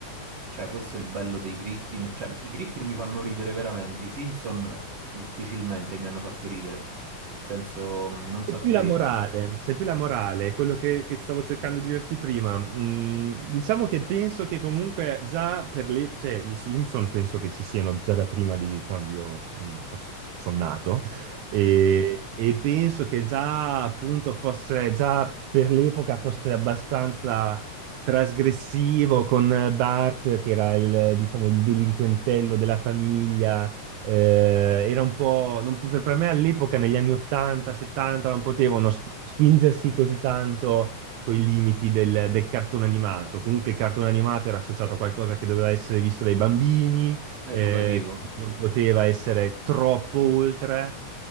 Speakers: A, on the right (about 55°); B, on the right (about 80°).
A: cioè, questo è il bello dei Griffin, cioè, i Griffin mi fanno ridere veramente, i Simpson difficilmente mi hanno fatto ridere, nel senso, non so
B: È più
A: a te,
B: la morale,
A: ma...
B: c'è più la morale, quello che, che stavo cercando di dirti prima. Mm, diciamo che penso che comunque già per le, cioè, i Simpson penso che ci siano già da prima di quando io mm, ho- sono nato
A: Mhm.
B: e, e penso che già appunto fosse, già per l'epoca fosse abbastanza trasgressivo con Bart, che era il, diciamo, il delinquentello della famiglia eh, era un po', non po- per per me all'epoca, negli anni 80, 70, non potevano s- spingersi così tanto con i limiti del, del cartone animato. Comunque il cartone animato era associato a qualcosa che doveva essere visto dai bambini,
A: È educativo.
B: eh, non poteva essere troppo oltre,